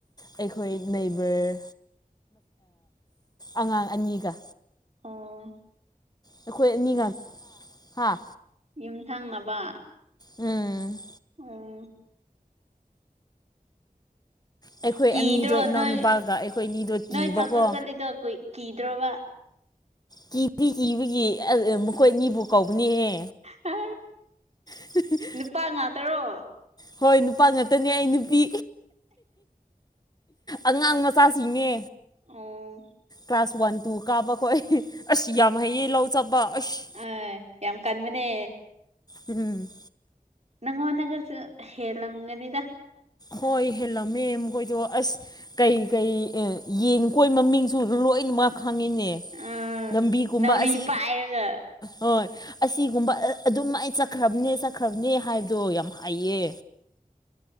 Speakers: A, on the left; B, on the right.
A: ꯑꯩꯈꯣꯏ ꯅꯩꯕꯔ ꯑꯉꯥꯡ ꯑꯅꯤꯒ
B: ꯑ
A: ꯑꯩꯈꯣꯏ ꯑꯅꯤꯒ ꯍꯥꯥ
B: ꯌꯨꯝꯊꯪꯅꯕ
A: ꯎꯝ
B: ꯑ
A: ꯑꯩꯈꯣꯏ
B: ꯀꯤꯗ꯭ꯔꯣ
A: ꯑꯅꯤꯗꯣ ꯏꯅꯥꯎꯅꯨꯄꯥꯒ
B: ꯅꯣꯏ
A: ꯑꯩꯈꯣꯏ ꯑꯅꯤꯗꯣ
B: ꯅꯣꯏ
A: ꯀꯤꯕꯀꯣ
B: ꯈꯛꯄ ꯆꯠꯂꯤꯗꯣ ꯀꯨꯏ ꯀꯤꯗ꯭ꯔꯣꯕ
A: ꯀꯤꯗꯤ ꯀꯤꯕꯒꯤ ꯃꯈꯣꯏ ꯑꯅꯤꯕꯨ ꯀꯧꯕꯅꯦꯍꯦ
B: ꯑ
A: <inaudible>
B: ꯅꯨꯄꯥ ꯉꯥꯗꯔꯣ
A: ꯍꯣꯏ ꯅꯨꯄꯥ ꯉꯥꯛꯇꯅꯦ ꯑꯩ ꯅꯨꯄꯤ ꯑꯉꯥꯡ ꯃꯆꯥꯁꯤꯡꯅꯦ
B: ꯑ
A: ꯀ꯭ꯂꯥꯁ ꯋꯥꯟ ꯇꯨ ꯀꯥꯕ ꯈꯣꯠ ꯑꯁ ꯌꯥꯝ ꯍꯩꯌꯦꯡ ꯂꯧ ꯆꯠꯄ ꯑꯁ
B: ꯑ ꯌꯥꯝꯃ ꯀꯟꯃꯅꯦ
A: ꯎꯝ
B: ꯅꯪ ꯑꯣꯟꯒꯁꯨ ꯍꯦꯂꯝꯒꯅꯤꯗ
A: ꯍꯣꯏ ꯍꯦꯜꯂꯝꯃꯦ ꯈꯣꯏꯗꯣ ꯑꯁ ꯀꯩ ꯀꯩ ꯌꯦꯟ ꯀꯣꯏ ꯃꯃꯤꯡꯁꯨ ꯂꯣꯏꯅꯃꯛ ꯈꯪꯉꯤꯅꯦ
B: ꯑꯥ
A: ꯂꯝꯕꯤꯒꯨꯝꯕ
B: ꯅꯥꯎꯔꯤ
A: ꯑꯁꯤ
B: ꯄꯥꯏꯔꯒ
A: ꯍꯣꯏ ꯑꯁꯤꯒꯨꯝꯕ ꯑꯗꯨꯝ ꯑꯩ ꯆꯠꯈ꯭ꯔꯕꯅꯦ ꯆꯠꯈ꯭ꯔꯕꯅꯦ ꯍꯥꯏꯕꯗꯣ ꯌꯥꯝ ꯍꯥꯏꯩꯌꯦ